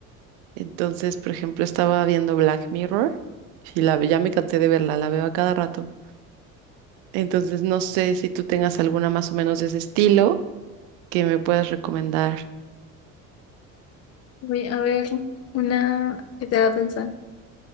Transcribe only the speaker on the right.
Entonces, por ejemplo, estaba viendo Black Mirror y la, ya me cansé de verla, la veo a cada rato. Entonces, no sé si tú tengas alguna más o menos de ese estilo que me puedas recomendar.